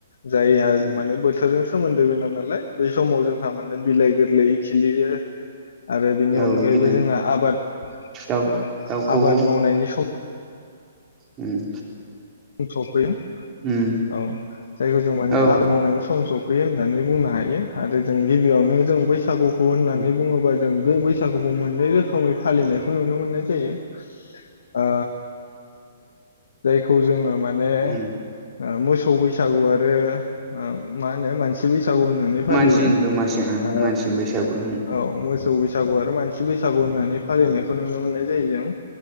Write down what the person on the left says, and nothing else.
जायहा
माने बोथोरजों सोमोन्दो गोनां नालाय बै समाव जोंहा माने बिलाइ गोरलै खिलियो। आरो बिनि
अनगायैबो
जोंहा आबाद
औ
आबाद मावनायनि सम
सफैयो
औ जायखौ जों माने
आबाद मावनायनि सम स फैयो होननानै बुंनो हायो आरो जों गिबियावनो जों बैसागुखौ होननानै
बुङोबा जों गो बैसागुखौ मोननै रोखोमै फालिनायखौ नुनो मोननाय जायो। ओ जाय खौ जोङो माने
ओ मोसौ बैसागु आरो ओ मा होनो मानसि बैसा सागु होननानै फालियो।
ओ
औ मो सौ बैसागु आरो मानसि बैसागु होननानै फालिनायखौ नुनो मोननाय जायो जों।